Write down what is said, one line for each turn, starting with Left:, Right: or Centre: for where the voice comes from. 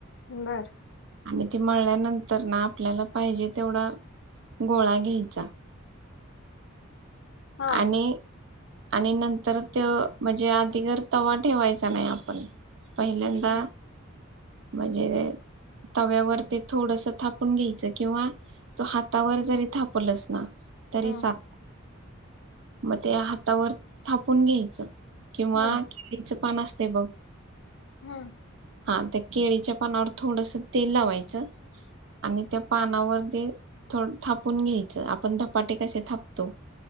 Left: बर.
Right: आणि ती मळल्यानंतर ना आपल्याला पाहिजे तेवढा गोळा घ्यायचा.
Left: हा
Right: आणि आणि नंतर त्यो म्हणजे आधीगर तवा ठेवायचा नाही आपण. पहिल्यांदा
Left: हम्म
Right: म्हणजे तव्यावर ते थोडस थापून घ्यायचं किंवा तो हातावर जरी थापलस ना तरी
Left: हम्म
Right: साल मग ते हातावर थापून घ्यायचं. किंवा
Left: हम्म
Right: केळीच पान अस ते बघ.
Left: हम्म.
Right: हा त्या केळीच्या पानावर थोडस तेल लावायचं आणि त्या पानावर ते थोड थापून घ्यायचं आपण धपाटे कसे थापतो.